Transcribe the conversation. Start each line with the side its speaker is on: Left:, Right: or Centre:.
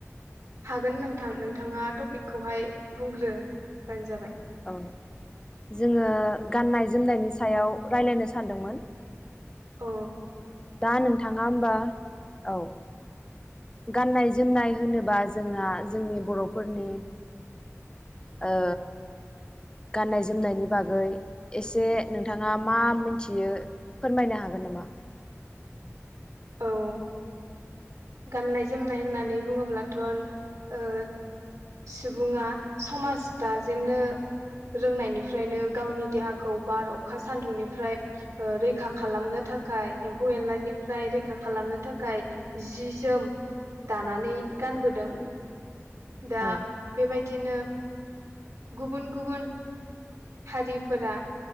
Right: हागोन नोंथां नोंथाङा टपिकखौहाय बुंग्रो बानो जाबाय।
Left: अ। जोङो गाननाय जोमनायनि सायाव रायलायनो सानदोंमोन।
Right: अ।
Left: दा नोंथाङा होमबा औ गाननाय जोमनाय होनोबा जोंना जोंनि बर'फोरनि ओ गाननाय जोमनायनि बागै एसे नोंथाङा मा मिथियो फोरमायनो हा हागोन नामा?
Right: औ गाननाय जोमनाय होननानै बुङोब्लाथ'न ओ सुबुङा समाज दाजेननो रोंनायनिफ्रायनो गावनि देहाखौ बार अखा सानदुंनिफ्राय ओ रैखा खालामनो थाखाय, एम्फौ एनलानिफ्राय रैखा खालामनो थाखाय जि जोम दानानै गानबोदों। दा
Left: औ
Right: बेबायदिनो गुबुन गुबुन हारिफोरा